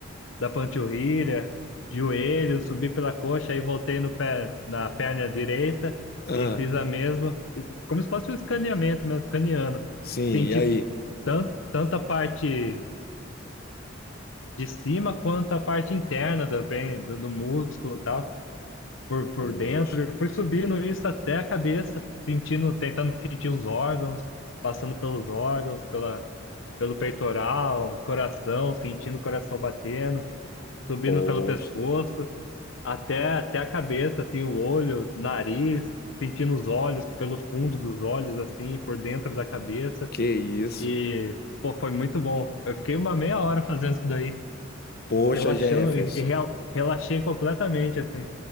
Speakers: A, on the left; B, on the left.
A: da panturrilha, joelho, subi pela coxa, aí voltei no pé, na perna direita
B: Ah,
A: e fiz a mesma, es- como se fosse um escaneamento mesmo, escaneando.
B: sim,
A: Senti
B: e aí?
A: tanto, tanto a parte de cima quanto a parte interna do, pen- do, do músculo e tal, por, por
B: Poxa.
A: dentro. E fui subindo isso até a cabeça, sentindo, tentando sentir os órgãos, passando pelos órgãos, pela, pelo peitoral, coração, sentindo o coração batendo, subindo
B: Poxa,
A: pelo pescoço. Até, até a cabeça, assim, o olho, nariz, sentindo os olhos pelo fundo dos olhos, assim, por dentro da cabeça.
B: que isso.
A: E, pô, foi muito bom. Eu fiquei uma meia hora fazendo isso daí,
B: Poxa,
A: relaxando
B: Jefferson.
A: e, e rel- relaxei completamente, assim.